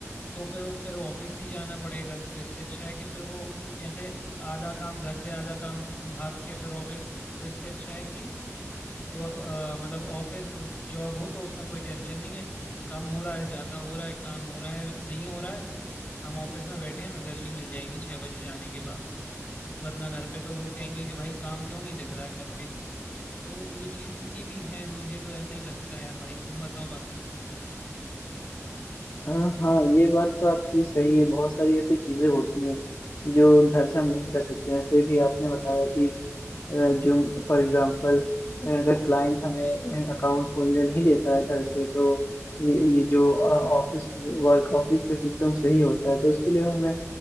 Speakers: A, on the left (about 30°); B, on the left (about 55°).
A: तो फिर फिर ऑफिस ही जाना पड़ेगा तो इससे अच्छा है कि फिर वो ऐसे आधा काम घर से आधा काम भाग के फिर ऑफिस तो इससे अच्छा है कि व- अ, मतलब ऑफिस जॉब हो तो उसमें कोई टेंशन नहीं है कम हो रहा है ज़्यादा हो रहा है काम हो रहा है नहीं हो रहा है हम ऑफिस में बैठे हैं हमें सैलरी मिल जाएगी छः बजे जाने के बाद वरना घर पे तो वो कहेंगे कि भाई काम क्यों नहीं दिख रहा है करके तो ये चीज़ें की भी हैं मुझे तो ऐसा ही लगता है यार भाई तुम बताओ बाकी
B: अ, हाँ ये बात तो आपकी सही है बहुत सारी ऐसी चीजें होती हैं जो घर से हम नहीं कर सकते जैसे भी आपने बताया कि अ, जो फॉर एग्जांपल अगर क्लाइंट हमें अकाउंट खोलने नहीं देता है घर से तो ये ये जो ऑफिस वर्क ऑफिस के सिस्टम से ही होता है तो उसके लिए हमें